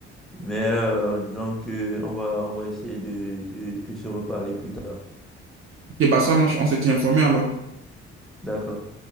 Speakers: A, in the centre; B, on the right.
A: Mais euh, disons que on va, on va essayer de, de, de se reparler plus tard.
B: Et bah ça, moi, on s'était informé alors.
A: D'accord.